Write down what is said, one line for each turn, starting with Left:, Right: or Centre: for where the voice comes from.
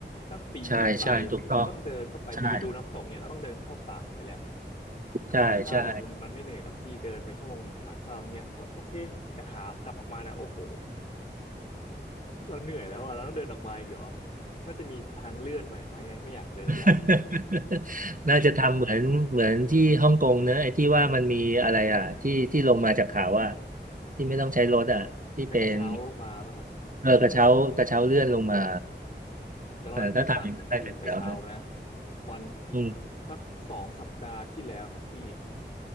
Left: ต้องปีนขึ้นไป
Right: ใช่ใช่ถูกต้อง
Left: ต้องเดินเข้าไปจะไปดูน้ำตกเนี้ยเราต้องเดินเข้าป่าไปแล้ว
Right: ใช่
Left: ขาเข้าอ่ะมันมันไม่เหนื่อยหรอกพี่เดินไปชั่วโมงหนึ่งขาเข้าอย่างเงี้ยผมว่าโอเคแต่ขากลับออกมาแล้วโอ้โห
Right: ใช่ใช่
Left: เราเหนื่อยแล้วอ่ะเราต้องเดินออกมาอีกเหรอน่าจะมีทางเลื่อนใหม่ไหมไม่อยากเดินแล้ว
Right: <laughs> น่าจะทำเหมือนเหมือนที่ฮ่องกงเนอะไอ้ที่ว่ามันมีอะไรอ่ะที่ที่ลงมาจากเขาอ่ะที่ไม่ต้องใช้รถอ่ะที่เป็น
Left: ไปกระเช้าลงมาป่ะฮะ
Right: เออกระเช้ากระเช้าเลื่อนลงมา
Left: ผมจะเล่าให้พี่ฟังพี่กระเช้านะ
Right: เออถ้าทำอย่างนั้นได้ก็นเดียวนะ
Left: วัน
Right: อืม
Left: สักสองสัปดาห์ที่แล้วครับพี่